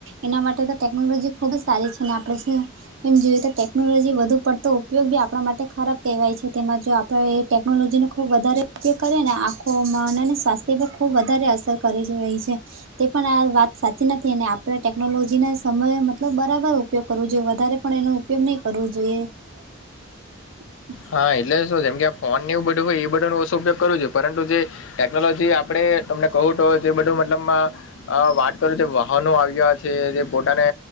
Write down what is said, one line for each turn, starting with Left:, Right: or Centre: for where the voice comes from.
Right: એના માટે તો ટેકનોલોજી ખુબ જ સારી છે અને આપડે સ એમ જોઈએ તો ટેકનોલોજી વધુ પડતો ઉપયોગ બી આપડા માટે ખરાબ કેહેવાય છે, તેમાં જો આપણે એ ટેકનોલોજીનો ખૂબ વધારે ઉપયોગ કરીએ ને આખો ખોમાં અને ને સ્વાસ્થ્ય પર ખૂબ વધારે અસર કરે છે જે તે પણ આ વાત સાચી નથી અને આપણે ટેકનોલોજીને સમય મતલબ બરાબર ઉપયોગ કરવો જોઈએ વધારે પણ એનું તેવું નઈ કરવું જોઈએ. <inaudible>
Left: હા એટલે શું જેમ કે આ ફોન ને એવું બધું હોય એ બધાનો ઓશો ઉપયોગ કરવો જોઈ, પરંતુ જે ટેકનોલોજી આપડે તમને કહું તો જે બધું મતલબમાં અ વાત કરું જે વાહનો આવી ગયા છે, જે પોતાને